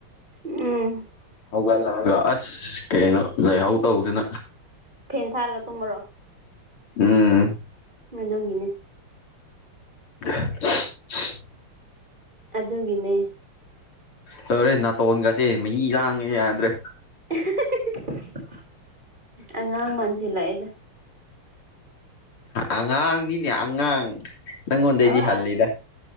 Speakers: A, on the right (about 20°); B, on the left (about 75°).
A: ꯎꯝ <inaudible>
B: ꯍꯧꯒꯠꯂꯒ ꯑꯁ ꯀꯩꯅꯣ ꯂꯩꯍꯧ ꯇꯧꯗꯅ
A: ꯐꯦꯟ ꯊꯥꯔꯒ ꯇꯨꯝꯃꯔꯣ
B: ꯎꯝ <unintelligible> <inaudible>
A: ꯑꯗꯨꯒꯤꯅꯤ
B: <unintelligible> <inaudible>
A: ꯑꯗꯨꯒꯤꯅꯦ
B: ꯇꯧꯔꯦ ꯅꯥꯇꯣꯟꯒꯁꯦ ꯃꯍꯤ ꯂꯥꯡꯉꯦ ꯌꯥꯗ꯭ꯔꯦ
A: <unintelligible> <inaudible> ꯑꯉꯥꯡ ꯃꯟꯁꯤꯜꯂꯛꯑꯦ
B: ꯑꯉꯥꯡꯅꯤꯅꯦ ꯑꯉꯥꯡ ꯅꯪꯉꯣꯟꯗꯩꯗꯤ
A: ꯑꯣ
B: ꯍꯜꯂꯤꯗ